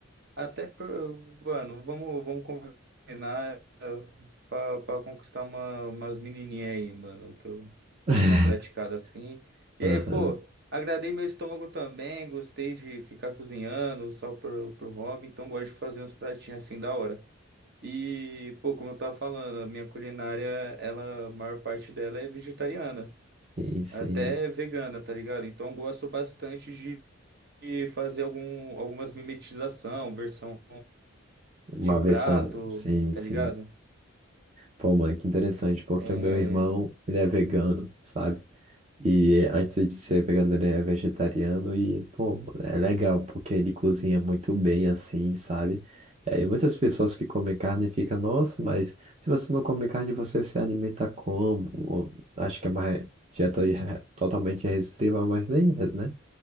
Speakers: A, on the right; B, on the right.
A: Até, pro- mano, vamos, vamos combinar eh, pra, pra conquistar uma, umas menininhas aí, mano, que eu
B: <laughs>
A: eu dei uma praticada assim. E
B: Aham,
A: aí, pô, agradei meu estômago também, gostei de ficar cozinhando só pro, pro hobby, então gosto de fazer uns pratinhos assim da hora. E, pô, como eu tava falando, a minha culinária, ela, a maior parte dela é vegetariana,
B: sim, sim.
A: até vegana, tá ligado? Então gosto bastante de de fazer algum, algumas mimetização, versão
B: Uma
A: de prato,
B: versão, sim,
A: tá
B: sim.
A: ligado?
B: Pô, mano, que interessante, porque
A: É,
B: o meu irmão, ele é vegano, sabe? E antes de ser vegano, ele é vegetariano e, pô, é legal, porque ele cozinha muito bem assim, sabe? É, e muitas pessoas que comem carne ficam, nossa, mas se você não come carne, você se alimenta como? Ou, Acho que é uma re- dieta irre- totalmente restritiva, mas nem é, né?